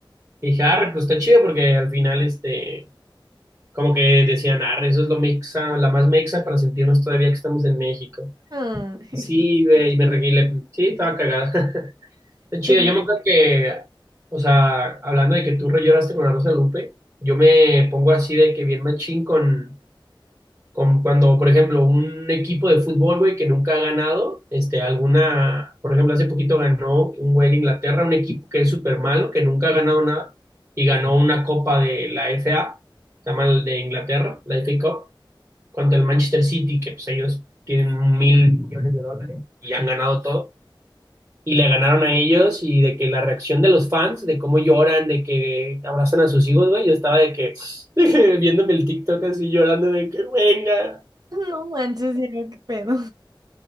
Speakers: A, on the right; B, on the right.
A: y dije, arre, pues está chido porque al final, este, como que decían, arre, eso es lo mexa, la más mexa para sentirnos todavía que estamos en México.
B: Ay,
A: Sí, güey, y me reguilé, sí, estaba cagada. <laughs>
B: <laughs>
A: Está chido,
B: pero
A: yo me acuerdo que, o sea, hablando de que tú re lloraste con la Rosa de Lupe, yo me pongo así de que bien machín con, con cuando, por ejemplo, un equipo de fútbol, güey, que nunca ha ganado, este, alguna, por ejemplo, hace poquito ganó un güey de Inglaterra, un equipo que es súper malo, que nunca ha ganado nada, y ganó una copa de la FA, se llama el de Inglaterra, la FA Cup, contra el Manchester City, que pues ellos tienen mil millones de dólares y han ganado todo y le ganaron a ellos y de que la reacción de los fans, de cómo lloran, de que abrazan a sus hijos, güey, yo estaba de que <laughs> viéndome el TikTok así llorando de que venga.
B: no manches, Diego, qué pedo.